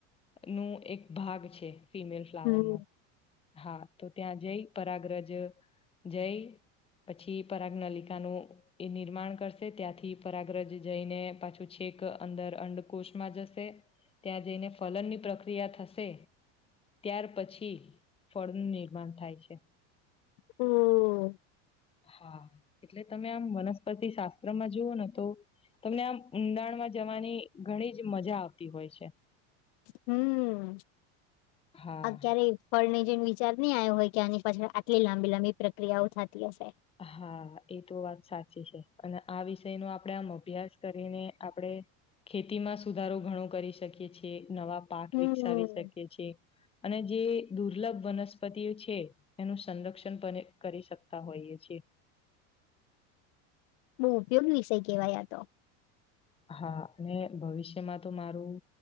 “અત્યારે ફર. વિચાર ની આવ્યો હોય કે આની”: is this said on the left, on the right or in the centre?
Left